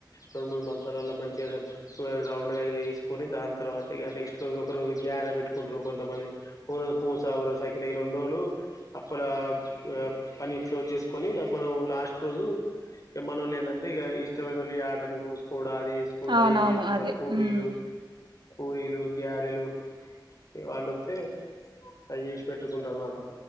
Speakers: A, on the left; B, on the right.
A: రెండు మూడు మంచాలల్ల మంచిగా య సో అవి రౌండ్ గా ఇది వేసుకొని దాని తర్వాత ఇగ నెక్స్ట్ రోజు ఒక రోజు గ్యారా పెట్టుకుంటురు కొంతమంది ఓ రోజు పూస <unintelligible> సకిన ఈ రెండు రోజులు అప్పల <unintelligible> చేసుకొని మనం లాస్ట్ రోజు మనోళేందంటే ఇగ ఇష్టమైనోళ్ లు యాటను కోసుకో డా అది చేసుకుడాం
B: అవునవును
A: ఇది చేసుకుండా
B: అదే
A: పూరీలు
B: ఉమ్
A: పూరీలు గ్యారెలు వాళ్ళొత్తే అవి చేసి పెట్టుకుంటారు అన్నమాట